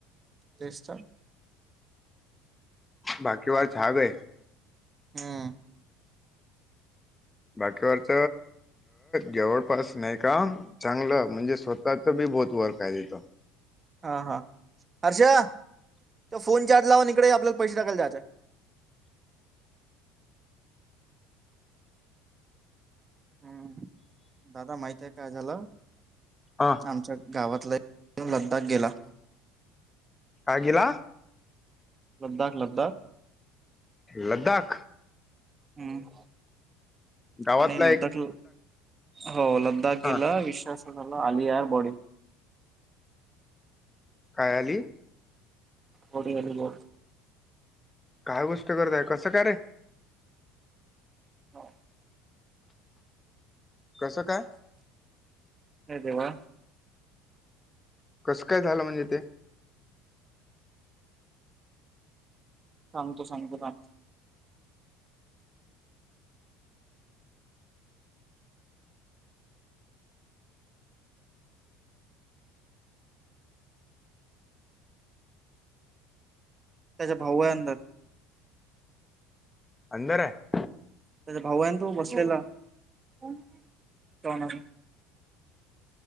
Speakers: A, on the right (about 30°); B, on the left (about 15°).
A: तेच तर.
B: बाकी वा छान आहे.
A: हम्म.
B: बाकीवरच जवळपास नाही का? चांगलं म्हणजे स्वतःच बी बहुत वर्क आहे तिथं.
A: हा, हा हर्षा तो फोन चार्ज लावन इकडे ये आपल्याला पैसे टाकायला जायचे. हम्म दादा माहित आहे काय झाला.
B: हां.
A: आमच्या गावातला एक लद्दाख गेला.
B: काय गेला?
A: लद्दाख, लद्दाख,
B: लद्दाख.
A: हम्म.
B: गावातला
A: आणि लद्दाख
B: एक
A: हो लद्दाख
B: हा
A: गेलं विश्वास असा झाला आलिया बॉडी.
B: कायली?
A: बॉडी आली बॉडी.
B: काय गोष्ट करताय कसं कारे?
A: हो.
B: कसं काय?
A: हे देेवा
B: कसं काय झालं म्हणजे ते?
A: सांगतो, सांगतो थांब. त्याच्या भाऊ हाय अंदर
B: अंदर आहे.
A: त्याचा भाऊ हायन तो बसलेला कोण ता.